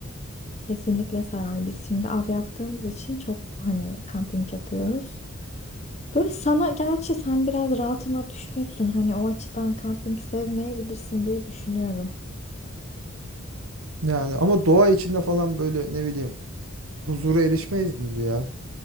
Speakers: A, on the left; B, on the right.
A: Kesinlikle sarar. Biz şimdi av yaptığımız için çok hani kamping yapıyoruz. Böyle sana gerçi sen biraz rahatına düşkünsün. Hani o açıdan kamping sevmeyebilirsin diye düşünüyorum.
B: Yani ama doğa içinde falan böyle ne bileyim huzura erişmeyiz mi ya?